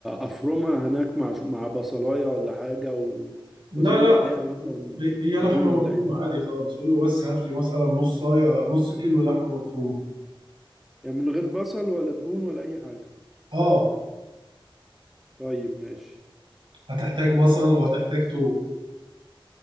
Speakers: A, in the centre; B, on the right.
A: افرمها هناك مع مع بصلاية ولا حاجة و...
B: لا
A: وازود
B: لا
A: عليها مثلا
B: هي
A: دهون
B: لحمه
A: ولا
B: مفرومه
A: ايه
B: عادي خالص قول له بس هات لي مثلا نص صايه نص كيلو لحمه مفرومه
A: يعني من غير بصل ولا دهون ولا اي حاجة
B: اه
A: طيب ماشي
B: هتحتاج بصل وهتحتاج توم